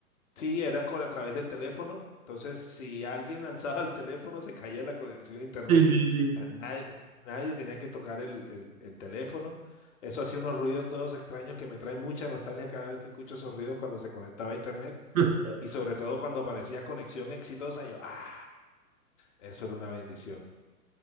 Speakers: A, on the left; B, on the right.
A: Sí, era con, a través del teléfono. Entonces, si alguien <laughs> alzaba el teléfono, se caía la conexión a internet.
B: sí, sí, sí.
A: O sea, Nadie, nadie tenía que tocar el, el- el teléfono. Eso hacía unos ruidos todos extraños que me trae mucha nostalgia cada vez que escucho esos ruidos cuando se conectaba a internet.
B: <laughs>
A: Y sobre todo cuando aparecía conexión exitosa, yo, ah, eso era una bendición.